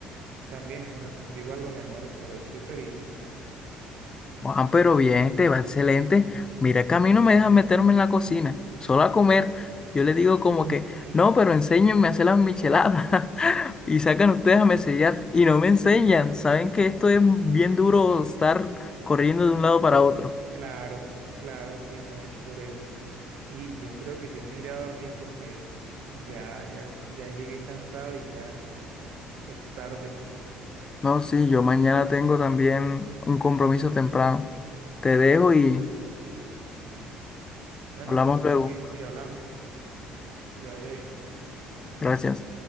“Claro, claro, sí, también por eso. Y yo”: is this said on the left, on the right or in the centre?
Right